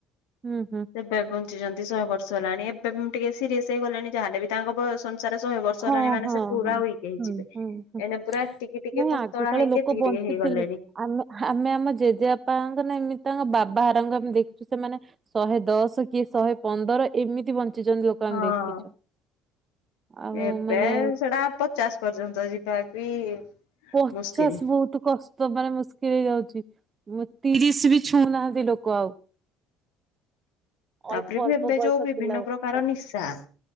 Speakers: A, on the right; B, on the left.
A: ହୁଁ ହୁଁ।
B: ଏବେ ବଞ୍ଚିଛନ୍ତି ଶହେ ବର୍ଷ ହେଲାଣି ଏବେ ମୁଁ ଟିକେ ସିରିଏସ ହେଇଗଲାଣି ଯାହାେଲେ ବି ତାଙ୍କ ବୟସ ଶହେ ବର୍ଷ
A: ହଁ
B: ହେଲାଣି ମାନେ
A: ହଁ
B: ପୁରା
A: ହଁ।
B: ୱିକ୍ ହେଇଯିବେ
A: ହୁଁ ହୁଁ ହୁଁ
B: ଏନେ ପୁରା ଏତିକି ଟିକେ
A: ନାଇଁ
B: ପତଳା
A: ଆଗ କାଳେ
B: ହେଇକି
A: ଲୋକ
B: ଏତିକି
A: ବଞ୍ଚୁଥିଲେ।
B: ଟିକେ ହେଇଗଲେଣି।
A: ଆମେ ଆମେ ଆମ ଜେଜେବାପାଙ୍କ ନା ଏମିତି ତାଙ୍କ ବାବାହାରଙ୍କ ଆମେ ଦେଖିଛୁ ସେମାନେ ଶହେ ଦଶ କି ଶହେ ପନ୍ଦର ଏମିତି ବଞ୍ଚିଛନ୍ତି ଲୋକ ଆମେ
B: ହଁ
A: ଦେଖିଛୁ? ଆଉ
B: ଏବେ
A: ମାନେ
B: ସେଟା ପଚାଶ ପର୍ଯ୍ୟନ୍ତ ଯିବା ବି
A: ପଚାସ୍
B: ମୁସ୍କିଲ।
A: ବହୁତ କସ୍ ତ ମାନେ ମୁସ୍କିଲ ହେଇଯାଉଛି ତିରିଶ ବି ଛୁଉଁନାହାନ୍ତି ଲୋକ ଆଉ ଅଳ୍ପ
B: ତାପରେ
A: ଅଳ୍ପ
B: ବି ଏବେ
A: ବୟସ
B: ଯୋଉ ବିଭିନ୍ନ
A: ପିଲା ଗୁଡା।
B: ପ୍ରକାର ନିଶା